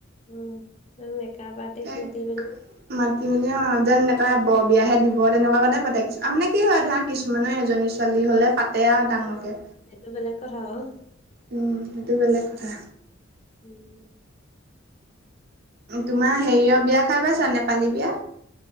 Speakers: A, on the left; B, on the right.
A: উম, মেকাপ আৰ্টিষ্ট
B: তাক
A: মাতি পিনি।
B: মাতি মেলি অ যেননেকা বৰ বিয়াহে দিব তেনেকুৱা কতে পাতিব কিছু আ মানে- কি হয় ধৰা কিছুমানৰ এজনী ছোৱালী হ'লে পাতে আৰু ডাঙৰকে।
A: অ সেইটো বেলেগ কৰা বাওঁ।
B: উম সেইটো বেলেগ কথা।
A: উম।
B: তোমাৰ হেৰিয়ৰ বিয়া খাই পাইছা নেপালী বিয়া?